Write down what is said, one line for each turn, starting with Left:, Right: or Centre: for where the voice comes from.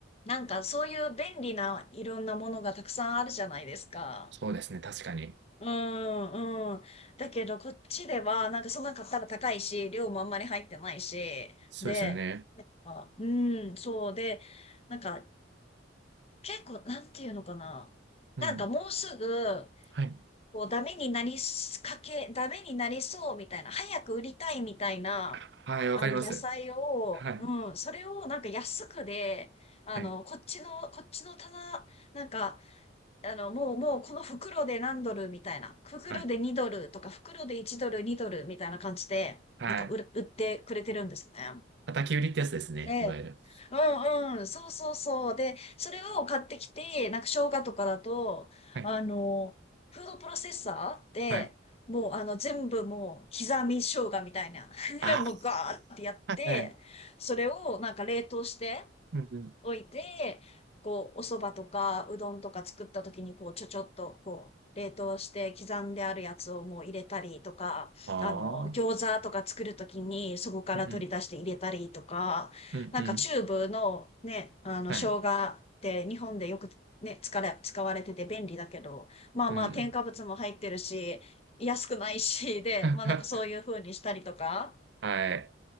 Left: なんかそういう便利ないろんなものがたくさんあるじゃないですか。
Right: そうですね、確かに。
Left: うんうん。だけどこっちでは、なんかそんなの買ったら高いし、量もあんまり入ってないし、
Right: そうですよね。
Left: で、あ、うん、そうで、なんか結構、なんていうのかな。
Right: うん、
Left: なんかもうすぐ、
Right: はい、
Left: こう、ダメになりすかけ、ダメになりそうみたいな、早く売りたいみたいな、
Right: はい、わかります。
Left: あの、野菜を、
Right: はい、
Left: うん、それをなんか安くで、あの、
Right: はい、
Left: こっちの、こっちの棚、なんか、あの、もう、もうこの袋で何ドルみたいな、袋で2ドルとか、
Right: はい、
Left: 袋で1ドル、2ドルみたいな感じで、
Right: はい。
Left: なんか売る、売ってくれてるんですね。
Right: 叩き売りってやつですね、
Left: で
Right: いわゆる。
Left: うんうん、そうそうそう。で、それを買ってきて、なんか生姜とかだと、
Right: はい、
Left: あの、フードプロセッサーってもうあの全部もう刻み生姜みたいな、
Right: はい。
Left: <laughs>
Right: あ
Left: もうガーってやって、
Right: あ、はい、
Left: それをなんか冷凍して、
Right: うん、うん。
Left: 置いて、こう、お蕎麦とか、うどんとか作った時に、こう、ちょちょっと、こう、冷凍して刻んであるやつをもう入れたりとか、
Right: ああ、
Left: あの、餃子とか作る時に、そこから取り出して入れたりとか、
Right: うん、うん、うん、
Left: なんかチューブのね、
Right: うん、
Left: あの、
Right: はい、
Left: 生姜って日本でよくね、使れ、使われてて便利だけど、まあまあ、
Right: うん。
Left: 添加物も入ってるし、安くないし、で、
Right: <laughs>
Left: まあなんかそういう風にしたりとか、
Right: はい。